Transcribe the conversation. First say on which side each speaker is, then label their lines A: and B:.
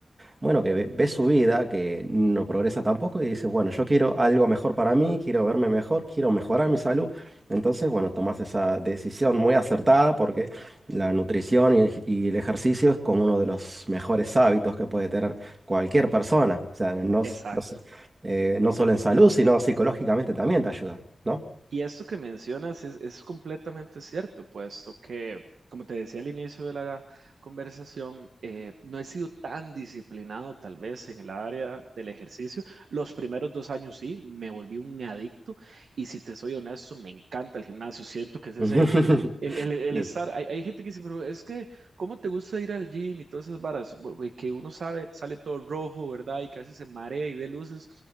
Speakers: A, on the right (about 30°); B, on the right (about 80°).
A: bueno, que ve, ve su vida, que no progresa tampoco y dice, bueno, yo quiero algo mejor para mí, quiero verme mejor, quiero mejorar mi salud. Entonces, bueno, tomas esa decisión muy acertada porque la nutrición y el, y el ejercicio es como uno de los mejores hábitos que puede tener cualquier persona. O sea, no,
B: exacto.
A: s- no s- eh, no solo en salud, sino psicológicamente también te ayuda, ¿no?
B: Y esto que mencionas es, es completamente cierto, puesto que, como te decía al inicio de la conversación, eh, no he sido tan disciplinado tal vez en el área del ejercicio. Los primeros dos años sí, me volví un adicto y si te soy honesto, me encanta el gimnasio. Siento que es ese,
A: <laughs>
B: el, el- el
A: Sí.
B: estar, hay, hay gente que dice, pero es que, ¿cómo te gusta ir al gym y todas esas varas? Bu- bu- Que uno sabe, sale todo rojo, ¿verdad? Y que a veces se marea y ve luces.